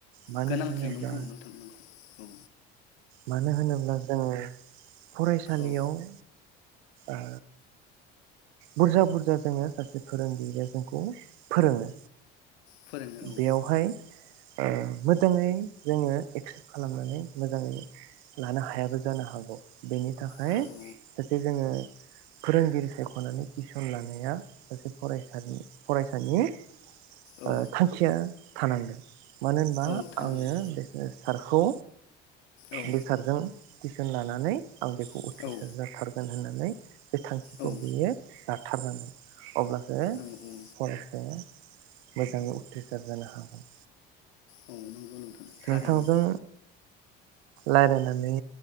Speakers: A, on the right; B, on the left.
A: मानो
B: गोनांथि
A: होनोब्ला
B: नंगौ नोंथां नंगौ औ
A: मानो होनोब्ला जोङो फरायसालियाव
B: औ
A: ओ बुरजा बुरजा जोङो सासे फोरोंगिरिया जोंखौ फोरोङो
B: फोरोंनो औ
A: बेयावहाय ओ मोजाङै जोङो एक्सेप्ट खालामनानै मोजाङै लानो हायाबो जानो हागौ बेनि थाखाय
B: हागौ
A: सासे जोङो फोरोंगिरिखौ सायखनानै टिउसन लानाया सासे फरायसानि फरायसानि ओ
B: औ
A: थांखिया थानांगोन मानो होनबा
B: औ थानांगोन
A: आङो बेखो सारखौ
B: औ
A: बे सारजों टिउसन लानानै आं बेखौ
B: औ
A: उथ्रिसार जाथारगोन होननानै बे थांखिखौ
B: औ
A: <unintelligible> जाथारनांगोन अब्लासो
B: औ औ
A: फरायसाया मोजाङै उथ्रिसार जानो हागोन।
B: औ नंगौ नोंथां थारैनो
A: नोंथांजों रायलायनानै